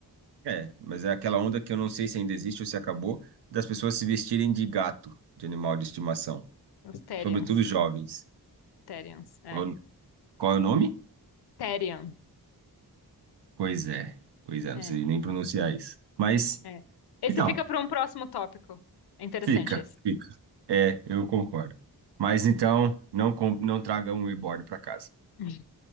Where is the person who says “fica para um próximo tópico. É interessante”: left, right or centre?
Left